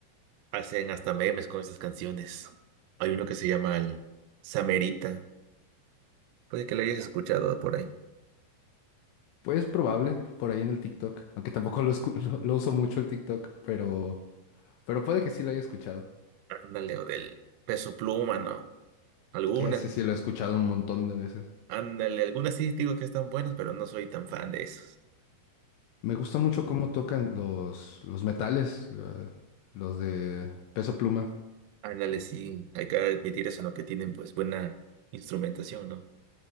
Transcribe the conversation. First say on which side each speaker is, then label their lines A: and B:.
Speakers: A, on the right; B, on the left.
A: hacen hasta memes con esas canciones. Hay uno que se llama el Samerita. Puede que lo hayas escuchado por ahí.
B: Pues probable, por ahí en el TikTok, aunque tampoco lo, escu- <laughs> lo, lo uso mucho el TikTok, pero, pero puede que sí lo haya escuchado.
A: Ándale, o del Peso Pluma, ¿no? Algunas.
B: Ese sí lo he escuchado un montón de veces.
A: Ándale, algunas sí digo que están buenas, pero no soy tan fan de esas.
B: Me gusta mucho cómo tocan los, los metales, lo- los de Peso Pluma.
A: Ándale, sí, hay que admitir eso, ¿no? Que tienen pues buena instrumentación, ¿no?